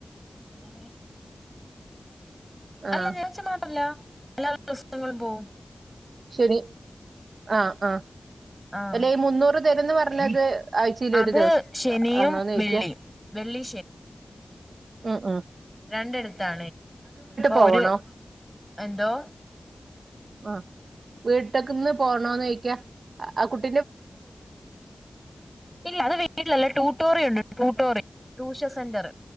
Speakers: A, in the centre; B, on the right.
A: ഓ
B: ആഹ്
A: അല്ല ാച്ച മാത്രല്ല എല്ലാ ദിവസങ്ങളും പോവും
B: ശരി ആ ആ
A: ആഹ്
B: അല്ല ഈ മുന്നൂറ് തരുംന്ന് പറഞ്ഞത് ആഴ്ചയില്
A: അത്
B: ഒരു ദിവസം
A: ശനിയും
B: ആണോന്ന് ചൊയ്ക്ക
A: വെള്ളിയും വെള്ളി
B: ഉം ഉ
A: രണ്ടടുത്തെ
B: പോവണോ
A: ഒരു എന്തോ
B: ആ വീട്ടൊക്കന്ന് പോണോന്ന് ചോയിക്കാ ആ കുട്ട
A: ഇല്ല അത് വീട്ടിലല്ല ട്യൂട്ടോറിയണ്ട് ട്യൂട്ടോറി ട്യൂഷൻ സെന്റർ